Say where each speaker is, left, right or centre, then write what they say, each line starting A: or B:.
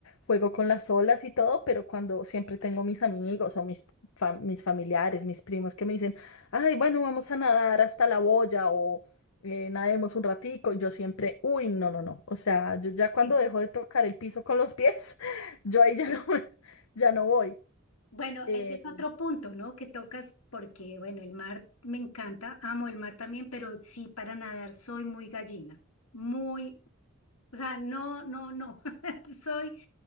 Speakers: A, on the left; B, on the left.
A: juego con las olas y todo, pero cuando siempre tengo mis amigos o mis, fa- mis familiares, mis primos que me dicen, ay, bueno, vamos a nadar hasta la boya o eh, nademos un ratico, y yo siempre, uy, no, no, no. O sea, yo ya cuando
B: Sí.
A: dejo
B: <laughs>
A: de tocar el piso con los pies, <laughs> yo ahí ya no, <laughs> ya no voy.
B: Bueno,
A: Eh,
B: ese es otro punto, ¿no? Que tocas porque, bueno, el mar me encanta, amo el mar también, pero sí para nadar soy muy gallina, muy, o sea, no, no, no, <laughs> soy